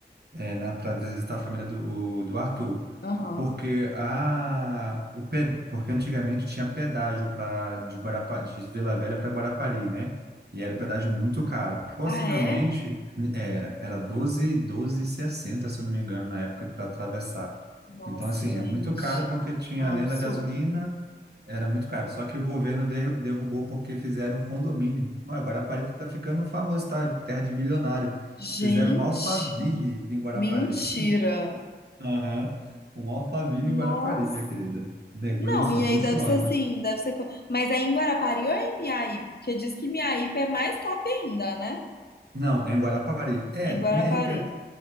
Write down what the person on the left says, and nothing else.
Aham.
Ah, é?
Nossa,
gente.
É um
absurdo.
Gente,
mentira.
Nossa.
Não,
e
aí deve ser assim, deve ser. co- Mas é em Guarapari ou é em Miaípe? Porque diz que Miaípe é mais top ainda, né?
É em Guarapari.